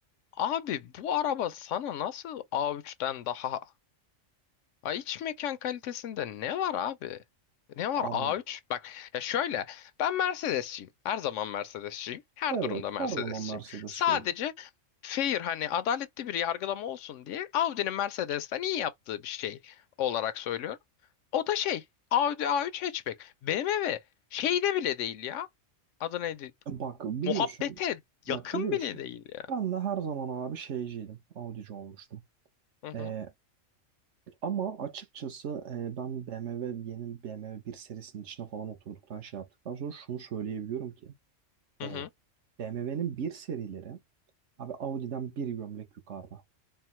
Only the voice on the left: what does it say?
Abi bu araba sana nasıl A3'ten daha? Ha, iç mekan kalitesinde ne var abi? Ne var
A3? Bak ya şöyle ben Mercedesçiyim. Her zaman Mercedesçiyim. Her
durumda Mercedesçiyim.
Sadece
fair hani adaletli bir yargılama olsun diye Audi'nin Mercedes'ten iyi yaptığı bir şey olarak söylüyorum. O da şey Audi A3 hatchback. BMW şeyde bile değil ya. Adı neydi?
Muhabbete
yakın
bile değil ya.
Hı hı.
Hı
hı.